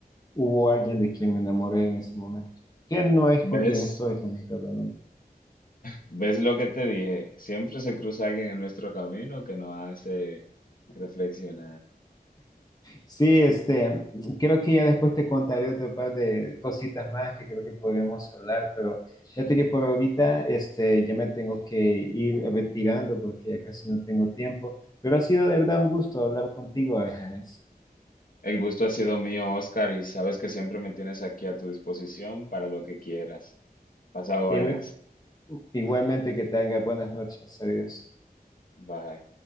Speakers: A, on the left (about 25°); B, on the left (about 60°).
A: hubo alguien de quien me enamoré en ese momento, que no es
B: ¿Ves?
A: con quien estoy, lamentablemente.
B: ¿Ves lo que te dije? Siempre se cruza alguien en nuestro camino que nos hace reflexionar.
A: Sí, este, creo que ya después te contaré otro par de cositas más que creo que podríamos hablar, pero fíjate que por ahorita, este, ya me tengo que ir retirando porque ya casi no tengo tiempo, pero ha sido de verdad un gusto hablar contigo, Ángeles.
B: El gusto ha sido mío, Oscar, y sabes que siempre me tienes aquí a tu disposición para lo que quieras. Pasa buenas.
A: Eh, igualmente que tengas buenas noches, adiós.
B: Bye.